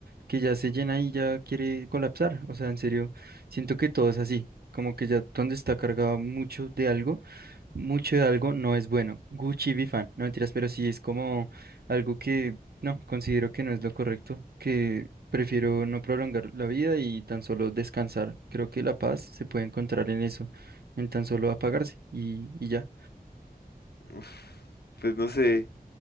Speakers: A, on the right; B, on the left.
A: que ya se llena y ya quiere colapsar. O sea, en serio, siento que todo es así, como que ya donde está cargado mucho de algo mucho de algo no es bueno. Gucci Bifan, no mentiras, pero sí es como algo que no, considero que no es lo correcto, que prefiero no prolongar la vida y tan solo descansar. Creo que la paz se puede encontrar en eso, en tan solo apagarse y, y ya.
B: Uf, pues no sé,